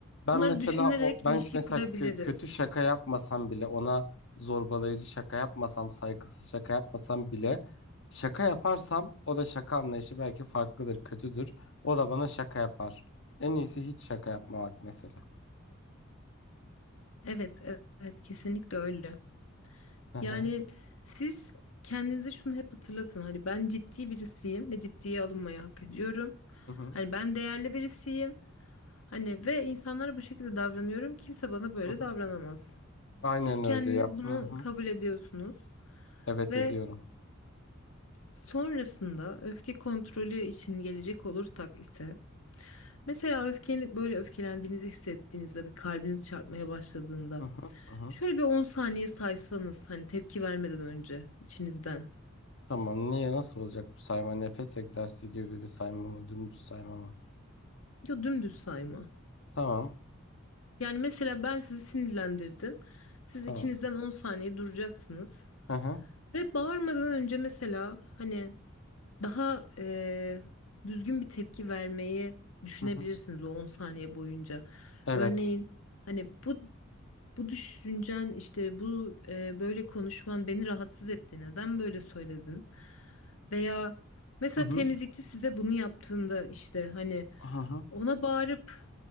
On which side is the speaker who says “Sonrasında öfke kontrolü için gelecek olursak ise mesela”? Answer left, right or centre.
Left